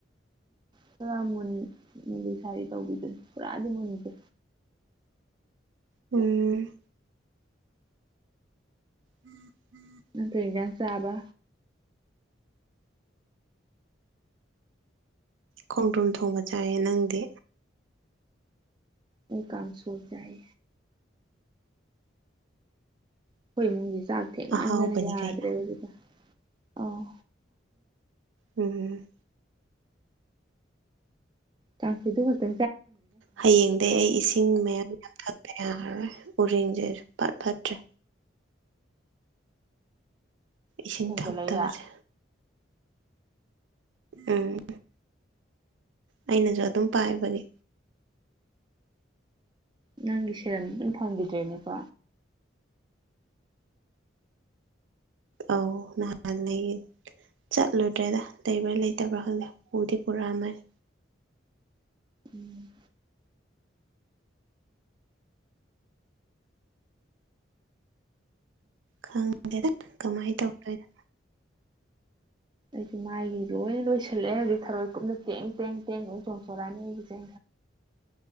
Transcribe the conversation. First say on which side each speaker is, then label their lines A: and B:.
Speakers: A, on the right; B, on the right.
A: ꯄꯨꯔꯥ ꯃꯨꯟ ꯂꯤ ꯁꯥꯥꯏꯗꯤ ꯇꯧꯕꯤꯗꯨꯅꯤ ꯄꯨꯔꯥꯗꯤ ꯃꯨꯟꯁꯦ
B: ꯎꯝ ꯎꯝ ꯎꯝ
A: ꯅꯠꯇ꯭ꯔ ꯏꯟꯁꯥꯡ ꯆꯥꯕ
B: ꯈꯣꯡꯗ꯭ꯔꯨꯝ ꯊꯣꯡꯕ ꯆꯥꯏꯌꯦ ꯅꯪꯗꯤ
A: ꯑꯩ ꯀꯥꯟꯁꯨ ꯑꯣꯏ ꯆꯥꯏ ꯑꯩꯈꯣꯏ ꯏꯃꯨꯡꯒꯤ ꯆꯥꯛ ꯊꯦꯡꯃꯟꯗꯅ
B: ꯑꯍꯥꯎꯕꯅꯤ
A: ꯌꯥꯗ꯭ꯔꯦꯕꯖꯤꯀ
B: ꯀꯩꯅꯣ
A: ꯑꯥꯎ
B: ꯎꯝ
A: ꯇꯥꯡꯁꯨꯗꯕꯠꯇꯦ
B: ꯍꯌꯦꯡꯗꯒꯤꯩ ꯑꯩ ꯏꯁꯤꯡ ꯃꯌꯥꯝ ꯌꯥꯝ ꯊꯛꯄ ꯌꯥꯔꯣꯏ ꯎꯔꯤꯡꯁꯦ ꯐꯠ ꯐꯠꯇ꯭ꯔꯦ ꯏꯁꯤꯡ
A: ꯊꯣꯡꯗ
B: ꯊꯛꯇꯕꯁꯦ
A: ꯂꯩꯔꯥ
B: ꯎꯝ ꯑꯩꯅꯁꯨ ꯑꯗꯨꯝ ꯄꯥꯏꯕꯒꯤ
A: ꯅꯪꯒꯤ ꯁꯦꯔꯝ ꯑꯗꯨꯝ ꯐꯪꯈꯤꯗ꯭ꯔꯦꯅꯦꯀꯣ
B: ꯑꯧ ꯅꯍꯟ ꯂꯩ ꯆꯠꯂꯨꯗ꯭ꯔꯦꯗ ꯂꯩꯕ꯭ꯔꯥ ꯂꯩꯇꯕ꯭ꯔꯥ ꯈꯪꯗꯦ ꯄꯨꯗꯤ ꯄꯨꯔꯛꯑꯃꯅꯤ
A: ꯎꯝ
B: ꯈꯪꯗꯦꯗ ꯀꯃꯥꯏꯅ ꯇꯧꯗꯣꯏꯅꯣ
A: ꯑꯩꯁꯨ ꯃꯥꯏꯒꯤ ꯂꯣꯏ ꯂꯣꯏꯁꯤꯜꯂꯛꯑꯦ ꯍꯧꯖꯤꯗꯤ ꯊꯔꯣꯏ ꯀꯨꯞꯅ ꯇꯦꯡ ꯇꯦꯡ ꯇꯦꯡ ꯏꯦꯡ ꯆꯣꯡꯊꯣꯔꯂꯛꯑꯅꯤ ꯑꯩꯒꯤ ꯆꯦ